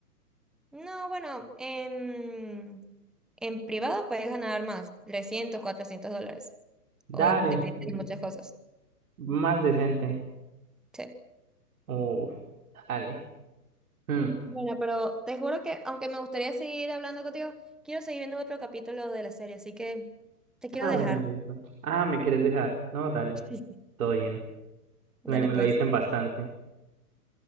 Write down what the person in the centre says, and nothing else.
No, bueno, en, en privado puedes ganar más, 300, 400 dólares, o
depende
de muchas cosas.
Sí.
Bueno, pero te juro que, aunque me gustaría seguir hablando contigo, quiero seguir viendo otro capítulo de la serie, así que te
quiero dejar.
<laughs>
Sí.
Dale
pues.